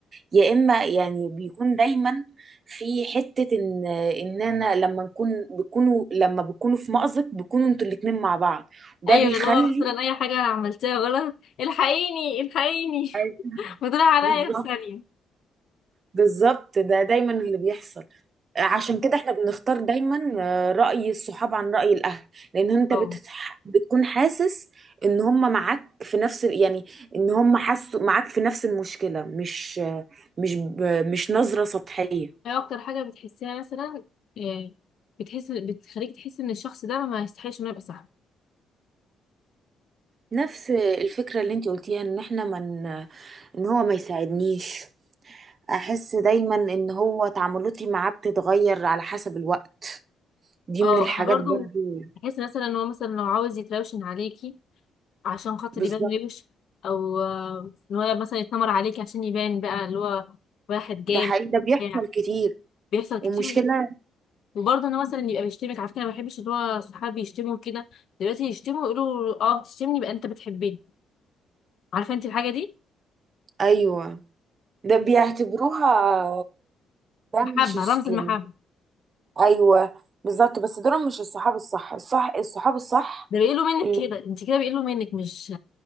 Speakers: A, on the right; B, on the left.
A: يا اما يعني بيكون دايما في حته ان ان انا لما نكون بيكونوا لما بيكونوا في مأزق بيكونوا انتوا الاتنين مع بعض ده
B: ايوه
A: بيخلي
B: اللي هو مثلا اي حاجه انا عملتها غلط الحقيني الحقيني
A: أيوة،
B: <laughs> بتروح عليا
A: بالظبط
B: في ثانيه
A: بالظبط ده دايما اللي بيحصل عشان كده احنا بنختار دايما آه، رأي الصحاب عن رأي الأهل لأن انت
B: اه
A: بتتح... بتكون حاسس ان هم معاك في نفس ال- يعني ان هم حاسوا معاك في نفس المشكلة مش آه، مش ب... مش نظرة سطحية
B: ايه اكتر حاجه بتحسيها مثلا إيه، بتحس بتخليك تحس ان الشخص ده ما يستحقش انه يبقى صاحبك
A: نفس الفكرة اللي انت قلتيها ان احنا من ان هو ما يساعدنيش احس دايما ان هو تعاملاتي معاه بتتغير على حسب الوقت دي
B: اه
A: من الحاجات
B: انا برضو
A: برضو
B: بحس مثلا ان هو مثلا لو عاوز يتراوشن عليكي عشان خاطر
A: بالظبط
B: يبان روش او آه، ان هو مثلا يتنمر عليكي عشان يبان بقى اللي هو واحد جامد
A: ده حقيقي ده بيحصل
B: يعني
A: كتير
B: بيحصل كتير
A: ومشكلة
B: وبرضه انا مثلا يبقى بيشتمك على فكره انا ما بحبش اللي هو صحابي يشتموا كده دلوقتي يشتموا يقولوا اه تشتمني يبقى انت بتحبني عارفه انت الحاجه دي
A: أيوة ده بيعتبروها ده
B: محبه
A: مش الص-
B: رمز المحبه
A: يعني أيوة بالظبط بس دول مش الصحاب الصح الصح الصحاب الصح
B: ده بيقولوا منك
A: اللي
B: كده انت كده بيقولوا منك مش